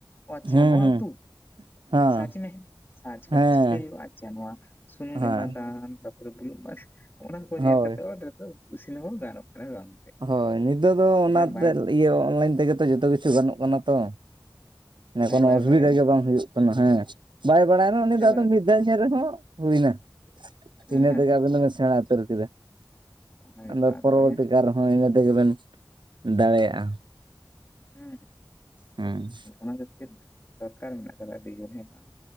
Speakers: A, on the left; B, on the right.
A: ᱟᱳ ᱟᱪᱪᱷᱟ
B: ᱦᱮᱸ
A: ᱱᱚᱣᱭᱟ
B: ᱦᱮᱸ
A: ᱩᱛᱩ
B: ᱦᱮᱸ
A: ᱥᱟᱪ ᱢᱮ ᱟᱪᱠᱟ
B: ᱦᱮᱸ
A: ᱛᱚ ᱪᱤᱠᱟᱹᱭ ᱦᱩᱭᱩᱜᱼᱟ ᱟᱪᱪᱟ ᱱᱚᱣᱟ ᱥᱩᱱᱩᱢ
B: ᱦᱮᱸ
A: ᱮᱢᱟ ᱟᱫᱟᱢ ᱛᱟᱨᱯᱚᱨᱮ ᱵᱩᱞᱩᱜ ᱮᱢ ᱚᱱᱟ ᱠᱚ ᱧᱮᱞ
B: ᱦᱳᱭ
A: ᱠᱟᱛᱮ ᱫᱚ ᱰᱮᱦᱮᱨ ᱫᱚ ᱤᱥᱤᱱ ᱦᱚᱸ ᱜᱟᱱᱚᱜ ᱠᱟᱱᱟ ᱵᱟᱝ
B: ᱦᱳᱭ ᱱᱤᱛᱚᱜ ᱫᱚ
A: ᱡᱟᱦᱟᱸᱭ
B: ᱚᱱᱟᱛᱮ
A: ᱵᱟᱭ ᱵᱟᱲᱟᱭᱟ
B: ᱤᱭᱟᱹ ᱚᱱᱞᱟᱭᱤᱱ ᱛᱮᱜᱮ ᱛᱚ ᱡᱚᱛᱚ ᱠᱤᱪᱷᱩ ᱜᱟᱱᱚᱜ ᱠᱟᱱᱟ ᱛᱚ᱾
A: ᱡᱟᱦᱟᱸᱭ
B: <unintelligible> ᱠᱳᱱᱳ
A: ᱵᱟᱭ
B: ᱚᱥᱩᱵᱤᱫᱟ
A: ᱵᱟᱲᱟᱭᱟ
B: ᱜᱮ ᱵᱟᱝ ᱦᱩᱭᱩᱜ ᱠ ᱦᱮᱸ ᱵᱟᱭ ᱵᱟᱲᱟᱭᱱᱟ ᱩᱱᱤ
A: ᱡᱟᱦᱟᱸᱭ
B: ᱫᱚ ᱟᱫᱚ
A: ᱵᱟᱭ
B: ᱢᱤᱫ ᱫᱷᱟᱣ ᱦᱮᱸ ᱨᱮᱦᱚᱸ ᱦᱩᱭᱱᱟ
A: ᱦᱮᱸ
B: ᱤᱱᱟᱹ
A: ᱦᱮᱸ
B: ᱛᱮᱜᱮ ᱟᱹᱵᱤᱱ ᱫᱚ ᱵᱤᱱ ᱥᱮᱬᱟ ᱩᱛᱟᱨ ᱠᱮᱫᱟ
A: ᱚᱱᱟ ᱜᱮᱛᱚ
B: ᱟᱹᱫᱚ
A: ᱟᱫᱚ
B: ᱯᱚᱨᱚᱣᱛᱤ
A: ᱚᱱᱮ
B: ᱦᱚᱸ ᱤᱱᱟᱹ ᱛᱮᱜᱮᱵᱮᱱ ᱫᱟᱲᱮᱭᱟᱜᱼᱟ᱾
A: ᱦᱩᱸ
B: ᱦᱩᱸ
A: ᱟᱫᱚ ᱚᱱᱟ ᱠᱷᱟᱹᱛᱤᱨ ᱫᱚᱨᱠᱟᱨ ᱢᱮᱱᱟᱜ ᱠᱟᱫᱼᱟ ᱟᱹᱰᱤ ᱡᱳᱨ ᱦᱮᱸ ᱵᱟᱝ